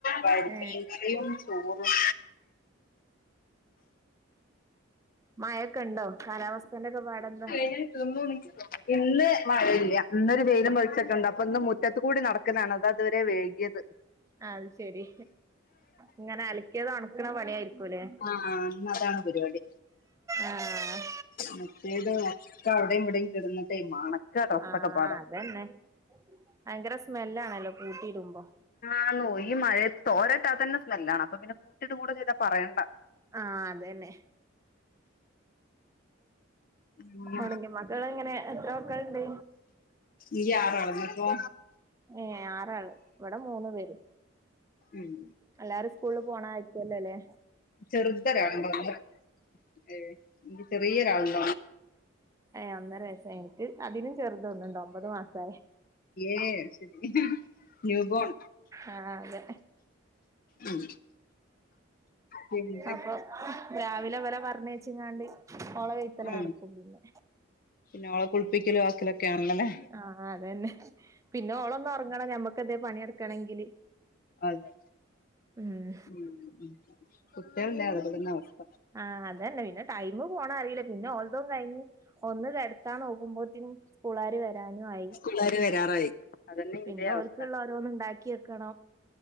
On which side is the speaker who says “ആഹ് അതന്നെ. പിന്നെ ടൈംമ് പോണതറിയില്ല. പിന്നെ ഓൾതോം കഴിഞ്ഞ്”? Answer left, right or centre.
Right